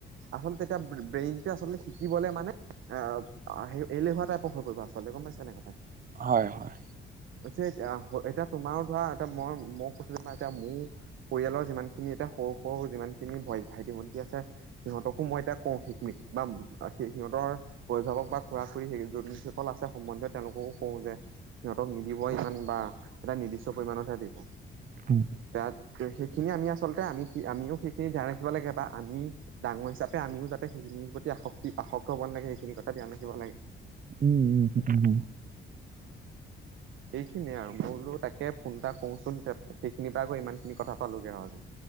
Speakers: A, on the right; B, on the right.
A: আচলতে তেতিয়া ব্ৰেইনটো আচলতে শিকিবলে মানে অ', হেৰি এলেহুৱা টাইপৰ হৈ পৰিব আচলতে গম পাইছে নাই।
B: হয়, হয়।
A: ছে এতিয়া এতিয়া তোমাৰো ধৰা এতিয়া মই মই কৈছো ত এতিয়া মোৰ পৰিয়ালৰ যিমান খিনি এতিয়া সৰু সৰু যিমান খিনি ভাইটি ভণ্টি আছে সিহঁতকো মই এতিয়া কওঁ সেইখিনিক বা সেই সিহঁতৰ অভিভাৱক বা খুৰা খুৰী যোনসকল আছে সম্বন্ধ তেওঁলোককো কওঁ যে সিহঁতক নিদিব ইমান বা এটা নিৰ্দিষ্ট পৰিমমানতহে দিব।
B: উম
A: তাত সেইখিনি আমি আছো। আচলতে আমি কি আমিও সেইখিনি জানি থব লাগে বা আমি ডাঙৰ হিচাবে আমিও ধন-সম্পত্তি প্ৰতি আসক্তি <unintelligible> হ'ব নালাগে সেইখিনি কথা ধ্যান ৰাখিব লাগে।
B: উম, উম।
A: সেইখিনিয়ে আৰু মই ক'লো তাকে ফোন এটা কৰোচোন সেইখিনিৰ পৰা গৈ ইমান খিনি কথা পালোগৈ আৰু